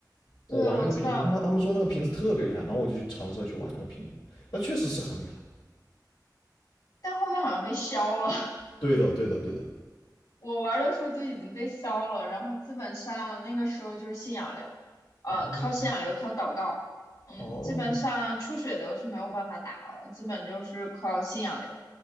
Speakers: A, on the left (about 60°); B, on the left (about 85°).
A: 对我知道，
B: 我玩那个瓶子，他他们说那个瓶子特别厉害，然后我就去尝试去玩那个瓶子，那确实是很厉害。
A: 但后面好像被削了，
B: 对的，对的，对的。
A: 我玩的时候就已经被烧了，然后基本上那个时候就是信仰流，呃，
B: 哦
A: 靠信仰流，靠祷告，嗯，
B: 哦，
A: 基本上出血流是没有办法打了，基本就是靠信仰流，